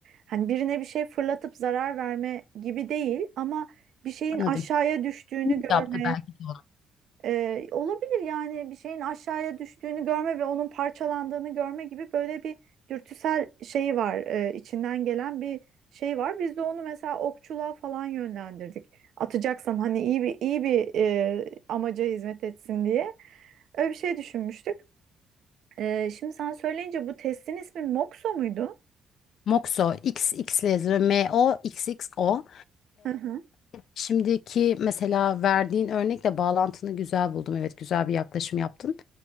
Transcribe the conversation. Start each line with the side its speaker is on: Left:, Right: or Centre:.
Right: Hani birine bir şey fırlatıp zarar verme gibi değil ama bir şeyin
Left: Anladım.
Right: aşağıya düştüğünü görme
Left: Yaptı belki de onu.
Right: e, olabilir yani bir şeyin aşağıya düştüğünü görme ve onun parçalandığını görme gibi böyle bir dürtüsel şeyi var e, içinden gelen bir şey var. Biz de onu mesela okçuluğa falan yönlendirdik. Atacaksan hani iyi bir iyi bir e, amaca hizmet etsin diye. Öyle bir şey düşünmüştük. Ee, şimdi sen söyleyince bu testin ismi Moxo muydu?
Left: Moxo, XX yazıyor. M-O-X-X-O.
Right: Hı hı.
Left: Şimdiki mesela verdiğin örnekle bağlantını güzel buldum. Evet, güzel bir yaklaşım yaptın.